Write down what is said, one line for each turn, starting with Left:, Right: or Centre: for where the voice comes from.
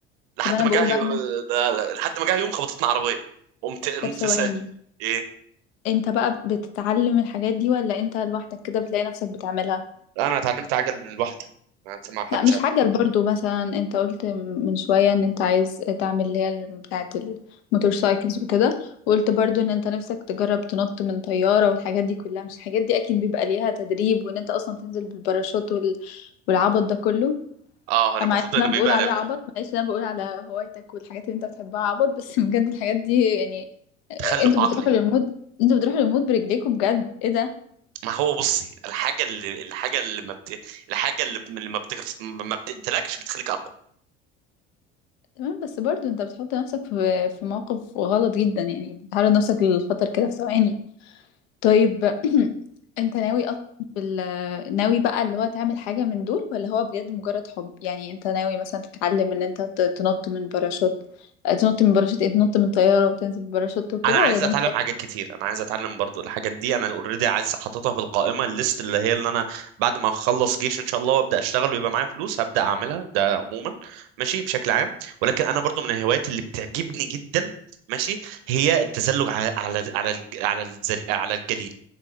Right: لحد
Left: طب انا
Right: ما
Left: بقول
Right: جه
Left: بقى ان
Right: ده- لحد ما جه يوم خبطتنا عربيه قمت قمت
Left: طب ثواني
Right: سا- ايه
Left: انت بقى بتتعلم الحاجات دي ولا انت لوحدك كده بتلاقي نفسك بتعملها
Right: انا اتعلمت عجل لوحدي ما ما حدش
Left: لا مش
Right: علم
Left: عجل برضو مثلا انت قلت من شوية ان انت عايز تعمل اللي هي بتاعة الموتور سايكلز وكده وقلت برضو ان انت نفسك تجرب تنط من طيارة والحاجات دي كلها مش الحاجات دي اكيد بيبقى ليها تدريب وان انت اصلا تنزل بالباراشوت وال... والعبط ده كله
Right: اه المفروض
Left: انا معلش
Right: ان
Left: إن انا
Right: بيبقى
Left: بقول عليه
Right: لا-
Left: عبط معلش إن انا بقول على هوايتك والحاجات اللي انت بتحبها عبط بس <laughs> بجد الحاجات دي يعني
Right: تخلف
Left: انتوا
Right: عقلي
Left: بتروحوا للمود انتوا بتروحوا للمود برجليكوا بجد ايه ده
Right: ما هو بصي الحاجة اللي الحاجة اللي ما بت... الحاجة اللي ب- اللي ما, بتك... ما بتقتلكش بتخليك أقوى
Left: تمام بس برضو انت بتحط نفسك في في موقف غلط جدا يعني بتعرض نفسك للخطر كده في ثواني طيب <clears throat> انت ناوي اصلا في ال- ناوي بقى اللي هو تعمل حاجة من دول ولا هو بجد مجرد حب يعني انت ناوي مثلا تتعلم ان انت ت- تنط من باراشوت اه، تنط من باراشوت ايه تنط من طيارة وتنزل بباراشوت وكده
Right: أنا عايز
Left: ولا ده
Right: أتعلم
Left: مجرد
Right: حاجات كتير أنا عايز أتعلم برضو الحاجات دي أنا أوريدي عايز أحطها في القائمة الليست اللي هي اللي أنا بعد ما أخلص جيش إن شاء الله وأبدأ أشتغل ويبقى معايا فلوس هبدأ أعملها ده عموما ماشي بشكل عام ولكن أنا برضو من الهوايات اللي بتعجبني جدا ماشي هي التزلج على على على الج- على الزل... على الجليد